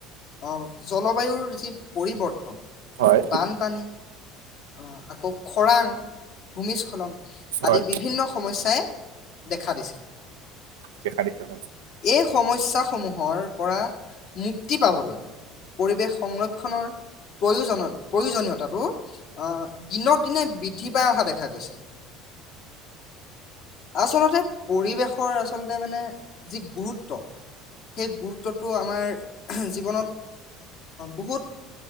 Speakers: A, on the left; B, on the right.
A: অ জলবায়ুৰ যি পৰিৱৰ্তন
B: হয় হয়
A: বানপানী, অ' আকৌ খৰাং ভূমিস্খলন আদি
B: হয়
A: বিভিন্ন সমস্যাই দেখা। দেখা দিছিল।
B: দেখা দিছে হয়
A: এই সমস্যাসমূহ সমূহৰ পৰা <unintelligible> কি পাবলৈ? পৰিৱেশ সংৰক্ষণৰ প্ৰয়োজন প্ৰয়োজনীয়তাটো অ' দিনত দিনে বৃদ্ধি পাই অহা দেখা গৈছে। আচলতে পৰিৱেশৰ আচলতে মানে। যি গুৰুত্ব সেই গুৰুত্বটো আমাৰ। জীৱনত বহুত